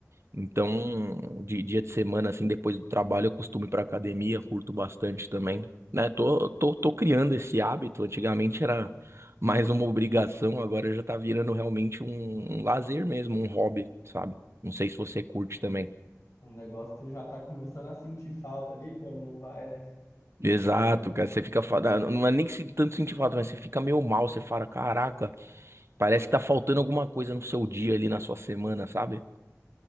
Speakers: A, on the right; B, on the left.
A: Então, de dia de semana, assim, depois do trabalho, eu costumo ir pra academia, curto bastante também, né? Tô, tô, tô criando esse hábito. Antigamente era mais uma obrigação, agora já tá virando realmente um, um lazer mesmo, um hobby, sabe? Não sei se você curte também.
B: Um negócio que você já tá começando a sentir falta ali quando não vai, né?
A: Exato, cara, você fica, fa- não não é nem que se tanto sentir falta, mas você fica meio mal, você fala, caraca, parece que tá faltando alguma coisa no seu dia ali, na sua semana, sabe?